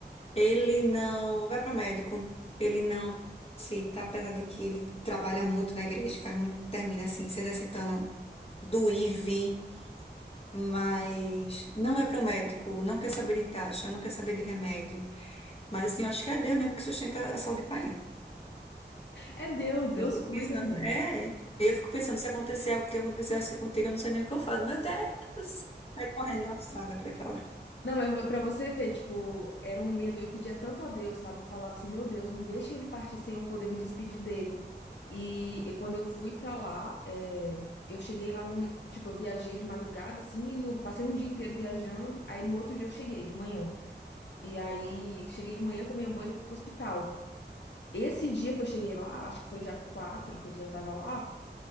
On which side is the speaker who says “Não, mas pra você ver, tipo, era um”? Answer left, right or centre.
Left